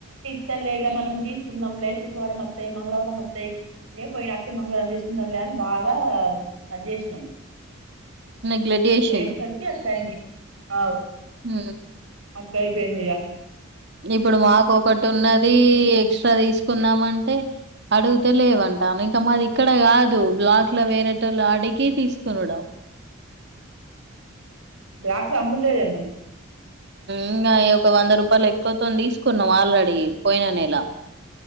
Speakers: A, on the right; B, on the right.
A: అత్త లేగా మనం తీసుకుందాంలే శుక్రవారం అత్తాయి మంగవారం వత్తాయి లేకపోయినా అస్తతే మంగళవారం తీసుకుందాంలే బాగా అది చేసినాం
B: నెగ్లెట్ చేసిండ్రు
A: వేసరికి అసల అ అవు
B: హ
A: అక్క అపో ఏందు చేయ
B: ఇప్పుడు మాకు ఒకటి ఉన్నది ఎక్స్ట్రా తీసుకుందామ అంటే అడుగుతే లేవం త కమాది ఇక్కడ కాదు బ్లాక్ల వేరేటలు అడిగి తీసుకున్నాడావు
A: గ్యాస్ అమ్ములులే మూ
B: ఇంకా ఒక వంద రూపాయలు ఎక్కువతో తీసుకున్నాం ఆల్రెడీ పోయిన నలా